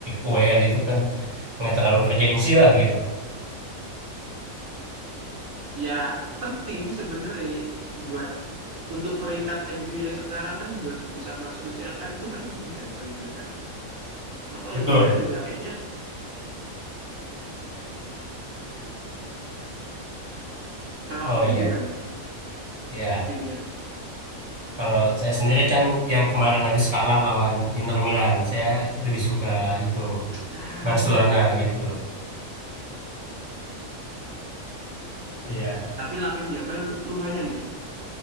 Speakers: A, on the right; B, on the right.
A: U E L itu kan nggak terlalu bergengsi lah gitu.
B: Ya, penting sebenarnya buat untuk peringkat MU yang sekarang kan buat bisa masuk UCL kan itu kan penting kan kalau juara. Cuma kalau
A: Betul.
B: juara juga kayaknya kalau
A: Oh iya,
B: lu gimana
A: iya.
B: timnya?
A: Kalau saya sendiri kan yang kemarin habis kalah lawan Inter Milan, saya lebih suka itu
B: Ah,
A: Barcelona
B: Ada
A: gitu. Iya,
B: tapi Lamin Jamal lu- lumayan nih